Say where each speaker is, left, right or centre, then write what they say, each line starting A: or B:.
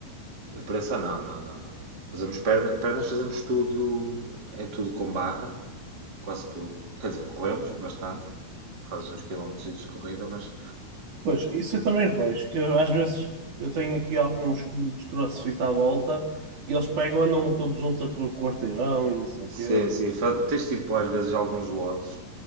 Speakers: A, on the right; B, on the right.
A: Pressa não, não, não, não. Fazemos perna- pernas, fazemos tudo, é tudo com barra, quase tudo. Quer dizer, corremos
B: Ok.
A: bastante, fazes uns quilómetros de corrida, mas
B: Pois, isso eu também vejo, que eu, às vezes eu tenho aqui alguns clubes CrossFit à volta e eles pegam, andam todos juntos a correr o quarteirão e não sei
A: sim,
B: o quê.
A: sim, faz, tens tipo às vezes alguns watts,